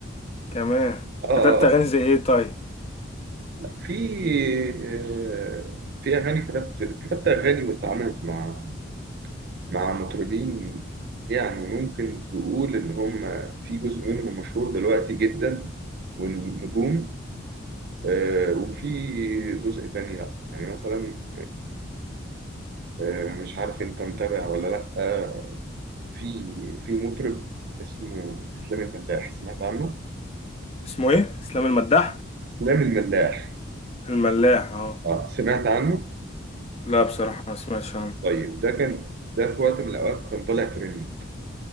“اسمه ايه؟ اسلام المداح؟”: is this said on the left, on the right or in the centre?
Left